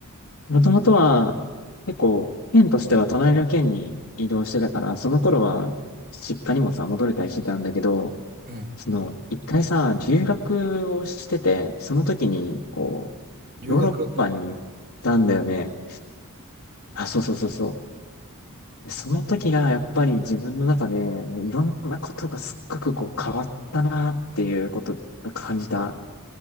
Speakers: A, on the left; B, on the right.
A: もともとは、結構、県としては隣の県に移動してたから、その頃は、実家にもさ、戻れたりしてたんだけど、
B: うん。
A: その、一回さ、留学をしてて、その時に、こう、
B: 留学。
A: ヨーロッパに行ったんだよね。
B: うん。
A: あ、そうそうそうそう。その時が、やっぱり自分の中で、もういろんなことがすっごくこう、変わったなっていうことを感じた